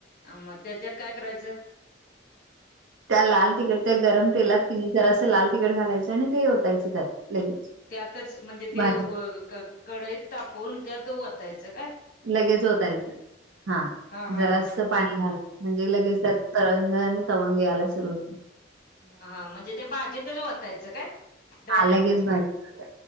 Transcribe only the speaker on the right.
त्या लाल तिखट त्या गरम तेलात किणी जरा असं लाल तिखट घालायचं आणि ते ओतायचं त्यात लगेच
भाजी
लगेच ओतायच हा
जरास
पाणी घाला म्हणजे लगेच तरंग आणि तवंग यायला सुरु होतोय
हा लगेच भाजी